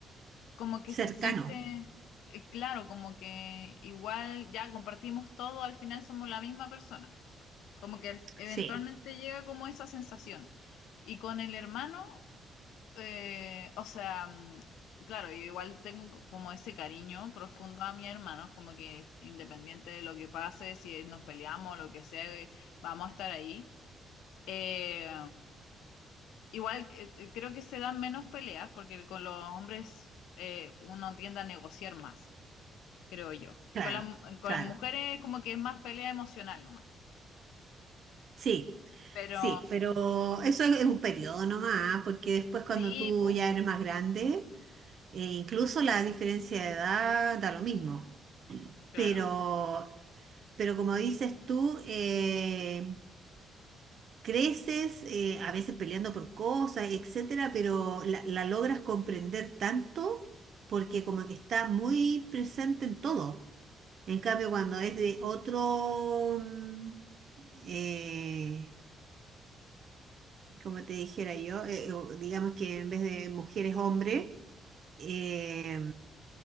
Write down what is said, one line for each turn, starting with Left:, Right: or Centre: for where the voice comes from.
Left: como que se
Right: cercano,
Left: siente, eh, claro, como que igual ya compartimos todo, al final somos la misma persona. Como que eventualmente
Right: sí,
Left: llega como esa sensación. Y con el hermano, eh, o sea, mm, claro, yo igual tengo como ese cariño profundo a mi hermano, como que independiente de lo que pase, si nos peleamos o lo que sea, eh, vamos a estar ahí. Eh, igual eh, eh, creo que se dan menos peleas porque con los hombres eh, uno tiende a negociar más, creo yo.
Right: claro,
Left: Con las, con
Right: claro,
Left: las mujeres como que es más pelea emocional nomás.
Right: sí,
Left: Pero
Right: sí, pero eso es, es un periodo nomás, ¿ah? porque después cuando
Left: sí,
Right: tú
Left: po,
Right: ya eres más grande, eh, incluso la diferencia de edad da lo mismo,
Left: claro.
Right: pero Pero como dices tú, eh, creces eh, a veces peleando por cosas, etcétera, pero la, la logras comprender tanto porque como que está muy presente en todo. En cambio, cuando es de otro, mm, eh, como te dijera yo, eh, o digamos que en vez de mujeres, hombre, eh,